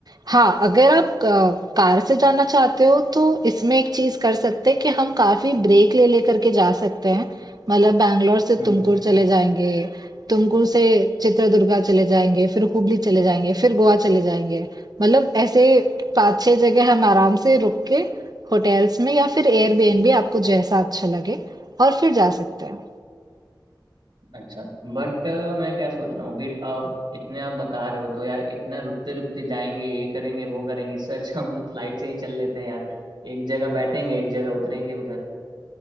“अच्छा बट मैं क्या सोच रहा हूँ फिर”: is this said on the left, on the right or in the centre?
Right